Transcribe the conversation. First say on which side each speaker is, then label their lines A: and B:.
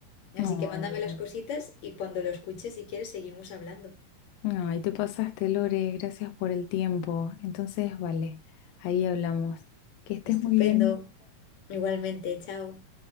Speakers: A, on the left; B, on the left.
A: Así
B: Ay,
A: que mándame
B: gra-
A: las cositas y cuando lo escuches, si quieres, seguimos hablando.
B: ay, te pasaste, Lore. Gracias por el tiempo. Entonces, vale, ahí hablamos. Que estés
A: Estupendo.
B: muy bien.
A: Igualmente, chao.